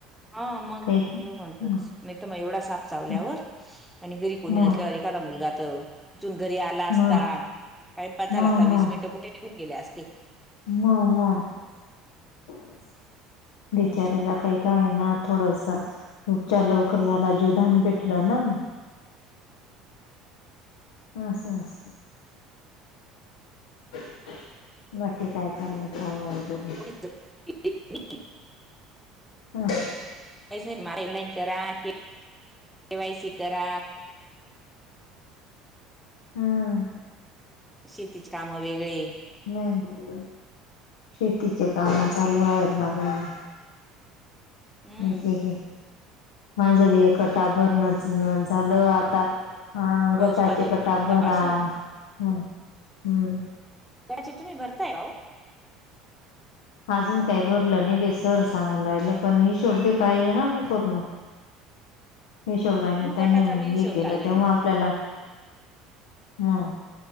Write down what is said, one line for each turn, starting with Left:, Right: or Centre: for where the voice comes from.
Centre: हा मग
Left: काही
Centre: भगवंतच
Left: म
Centre: नाहीत मग एवढा साप चावल्यावर
Left: म
Centre: आणि घरी कोणी
Left: म
Centre: नसल्यावर? एखादा मुलगा तर तीथुन घरी आला
Left: म
Centre: असता? टाइमप झाला
Left: म
Centre: असता?
Left: म
Centre: वीस मिनिट कुठे? निघु गेले असते.
Left: म मग <inaudible> बिचऱ्याला
Centre: असं
Left: काही का? होईना थोडसा उपचार लवकर झाला. जीवदान भेटलं ना? मग. अस अस <inaudible> नक्की काय चालं? काय माहीत वरी?
Centre: <inaudible>
Left: ह <inaudible>
Centre: आरेंजमेंट करा, ऑनलाईन करा, के वाय सी करा.
Left: हं
Centre: <inaudible> शेतीचे कामं वेगळे?
Left: मग <inaudible> शेतीचे काम चालू आहेत ना बईन. <inaudible>
Centre: हम्म
Left: मक माझं बी एक कटाबर
Centre: ते
Left: नई हं झालय आता. हा
Centre: पाऊस
Left: गटाचे
Centre: होता दोन दिवसापासून
Left: कटा भरा. हम ह्म
Centre: त्याचे तुम्ही? भरताय राव
Left: अजून काय भरलं नाही? बई सर सांगून राहिले पण हिशोब पाहिजे ना मग? पूर्ण हिशोबात
Centre: मग
Left: त्यांनी
Centre: गटाचा बी हिशोब
Left: हे केलं.
Centre: लागेल
Left: त मग
Centre: ना
Left: आपल्याला <inaudible> मग